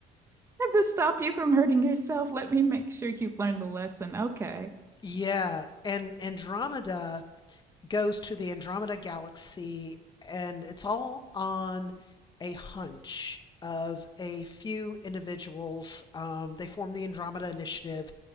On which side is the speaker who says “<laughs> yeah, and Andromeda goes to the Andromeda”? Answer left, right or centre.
Left